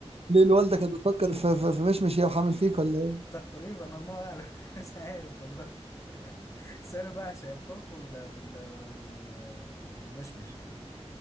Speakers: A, on the right; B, on the left.
A: ليه الوالده كانت بتفكر في, في, في مشمش هي وحامل فيك ولا
B: تقريبا الله اعلم <laughs> مش عارف والله <laughs> بس انا بعشق الخوخ وال وال وال والمشمش يعني